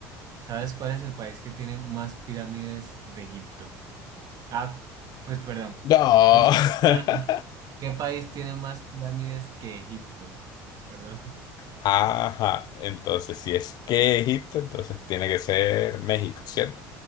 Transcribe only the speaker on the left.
No.
<laughs>
Ajá. Entonces, si es que Egipto, entonces tiene que ser México, ¿cierto?